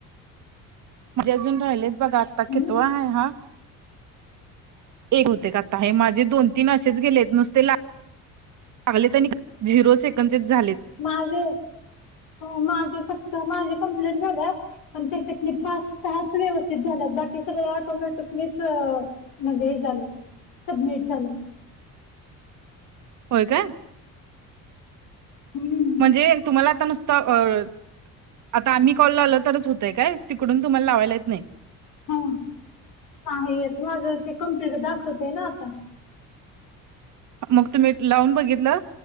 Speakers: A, on the right (about 55°); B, on the left (about 65°).
A: म्हणजे अजून राहिलेत बघा, आता
B: हम्म
A: कितवा आहे हा? एक होते का आता, हे माझे दोन तीन असेच गेलेत नुसते ला लागलेत आणि झिरो सेकंदचेच झालेत.
B: माझे, हो माझे फक्त माझे कंप्लिट झाल्या. पण त्याच्यातले पाच सहाच व्यवस्थित झाल्यात, बाकी सगळे ऑटोमॅटिकलीच अ म्हणजे हे झालं, सबमिट झालं.
A: होय काय?
B: हम्म
A: म्हणजे, तुम्हाला आता नुसतं अ आता आम्ही कॉल लावला तरच होतय काय, तिकडून तुम्हाला लावायला येत नाही?
B: हा, नाही येत माझं ते कम्प्लेंट दाखवते ना आता.
A: मग तुम्ही लावून बघितलं,